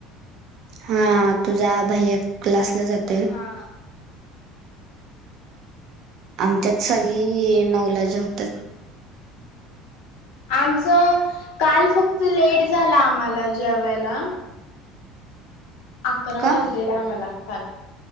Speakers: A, on the right (about 50°); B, on the left (about 60°).
A: हा तुझा भैया क्लासला जात
B: हा
A: आमच्यात सगळी नऊ ला जेवतात.
B: आमचं काल फक्त लेट झाला आम्हाला जेवायला. अकरा
A: का
B: वाजलेलं आम्हाला काल